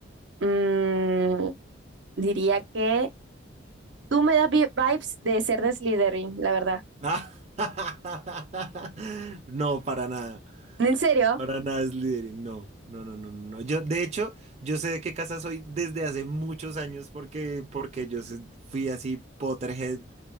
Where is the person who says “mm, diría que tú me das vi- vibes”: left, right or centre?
Right